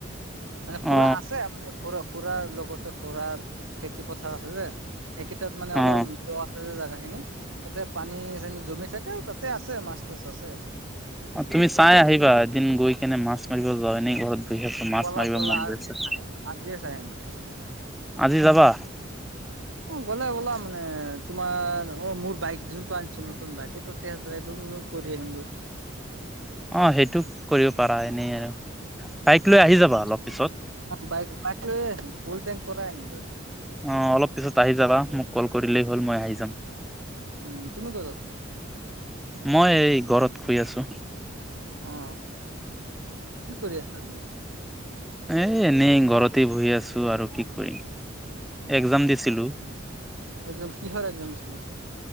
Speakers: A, on the right; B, in the centre.
A: মানে খুৰা
B: অ
A: আছে মানে খু খুৰাৰ লগতে খুৰাৰ খেতি পথাৰ আছে যে সেইকেইটাত মানে অলপ
B: অ
A: দ আছে যে জেগা খিনি তাতে পানী চানী জমি থাকে তাত আছে মাছ থাছ আছে
B: অ তুমি চাই আহিবা এদিন গৈ কিনে মাছ মাৰিব যোৱা এনেই ঘৰত বহি আছো মাছ
A: ব'লা
B: মাৰিব
A: ব'লা
B: মন
A: আজি
B: গৈ আছে
A: আজিয়ে চাই আহিম গে বলা
B: আজি যাবা
A: উ অ গ'লে ওলাম মানে তোমাৰ অ মোৰ বাইক যোনটো আনিছো নতুন বাইক এইটোত টেষ্ট ড্ৰাইভিং ও কৰি আহিমগৈ
B: অ সেইটো কৰিব পাৰা এনেই আৰু বাইক লৈ আহি যাবা অলপ পিছত
A: বাই বাইক অ ফুল তেং কৰাই আনিলো আজি
B: অ অলপ পিছত আহি যাবা মোক কল কৰিলেই হ'ল মই আহি যাম
A: উম তুমি ক'ত আছা
B: মই এই ঘৰত শুই আছো
A: অ কি কৰি আছা আজি
B: এ এনেই ঘৰতে বহি আছো আৰু কি কৰিম একজাম দিছিলো
A: এক্জাম কিহৰ এক্জাম দিছিলা